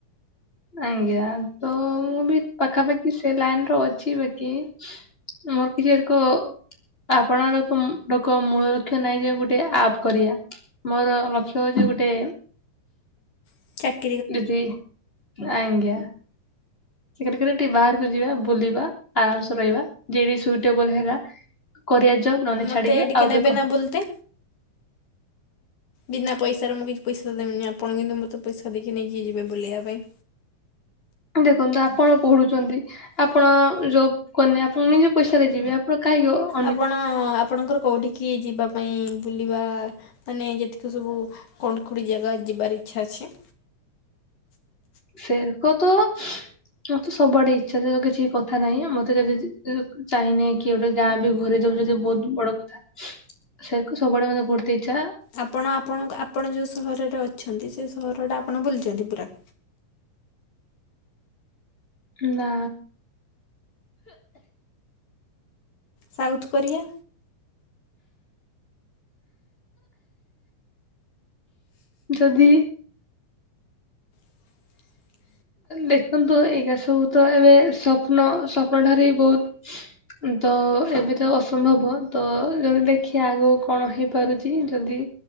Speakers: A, on the left; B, on the left.
A: ଆଜ୍ଞା ତ ମୁଁ ବି ପାଖାପାଖି ସେ ଲାଇନ ର ଅଛି। ବାକି <unintelligible> ଆପଣଙ୍କ ରକମ ରକମ ମୂଳ ଲକ୍ଷ୍ୟ ନାଇଁ ଯେ ଗୋଟେ ଆପ୍ କରିବା। ମୋର ଲକ୍ଷ୍ୟ ହୋଉଚି ଗୋଟେ
B: <unintelligible>
A: ବିଜିି ଆଇଜ୍ଞା। ସେ <unintelligible> ବାହାରକୁ ଯିବା ବୁଲିବା ଆରାମସେ ରହିବା ଯିଏବି ସୁଇଟେବୁଲ ହେଲା <unintelligible>
B: ମତେ
A: ଛାଡିକି
B: ଟିକେ
A: ଆଉ
B: ନେବେ
A: କେ କଣ
B: ନା ବୁଲିତେ ବିନା ପଇସାରେ ମୁଁ କିଛି ପଇସା। ଦେବିନି ଆପଣ କିନ୍ତୁ ମୋତେ ପଇସା ଦେଇକି ନେଇକି ଯିବେ ବୁଲିବା ପାଇଁ।
A: ଦେଖନ୍ତୁ ଆପଣ ପଢୁଛନ୍ତି, ଆପଣ ଜବ୍ କନି ଆପଣ ନିଜେ ପଇସାରେ ଯିବେ ଆପଣ କାହିଁକି ଅ,
B: ଆପଣ ଆପଣଙ୍କର କୋଉଁଠିିକି ଯିବା ପାଇଁ ବୁଲିବା ମାନେ ଯେତିକି ଯେତେ ସବୁ କଉଠି କଉଠି ଜାଗା ଯିବାର ଇଚ୍ଛା ଅଛି।
A: ସେରକ ତ ମତେ ସବୁଆଡେ ଇଛା କିଛି କଥା ନାହିଁ ମତେ ଯଦି ଚାହିଁନି କି ଗୋଟେ ଗାଁ ବି ଘୁରେ ଦବ ଯଦି ବହୁତ ବଡ କଥା। ସେରକୁ ସବୁଆଡେ ବୁଲୁତେ ଇଛା
B: ଆପଣ ଆପଣ ଆପଣ ଯେଉଁ ସହରରେ ଅଛନ୍ତି ସେ ସହରଟା ଆପଣ ବୁଲଛନ୍ତି ପୁରା
A: ନା
B: ସାଉଥ୍ କୋରିଆ
A: ଯଦି
B: <inaudible>
A: ଦେଖନ୍ତୁ ଏଇଗା ସବୁ ତ ଏବେ ସ୍ୱପ୍ନ ସ୍ୱପ୍ନ ଠାରୁ ବହୁତ ତ ଏବେ ତ ଅସମ୍ଭବ ତ ଯଦି ଦେଖିବା ଆଗକୁ କଣ ହେଇପାରୁଛି। ଯଦି